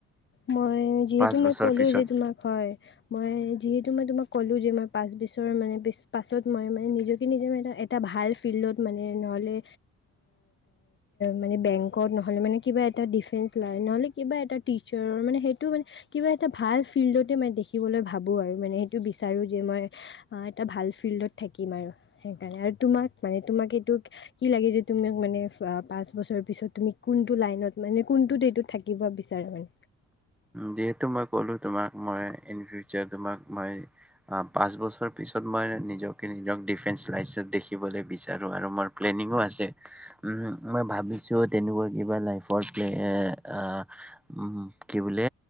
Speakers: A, on the left (about 40°); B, in the centre.
A: মই যিহেতু
B: পাঁচ
A: মই
B: বছৰ
A: ক'লো
B: পিছত।
A: যে তোমাক হয় মই যিহেতু মই তোমাক ক'লোঁ যে মই পাঁচবছৰ মানে পাছত মই মানে নিজকে নিজক এটা ভাল ফিল্ডত মানে নহ'লে মানে বেংকত নহ'লে মানে কিবা এটা ডিফেঞ্চ। লাইনত নহ'লে কিবা এটা টিচাৰৰ মানে সেইটো মানে কিবা এটা ভাল ফিল্ডতে মই দেখিবলৈ ভাবোঁ আৰু মানে সেইটো বিচাৰো যে মই এটা ভাল ফিল্ডত থাকিম আৰু সেইকাৰণে আৰু তোমাক মানে তোমাক এইটো কি লাগে যে তুমি মানে পাঁচ বছৰ পিছত তুমি কোনটো লাইনত মানে কোনটো ডেটত থাকিব বি চাৰা <unintelligible>
B: যিহেতু মই ক'লো তোমাক মই ইন ফিউচাৰ তোমাক মই পাঁচ বছৰ পিছত মই নিজকে নিজক ডিফেঞ্চ লাইছত দেখিবলৈ বিচাৰোঁ আৰু মোৰ প্লেনিংঙো আছে মই ভাবিছো তেনেকুৱা কিবা লাইফ <unintelligible> অ অ কি বোলে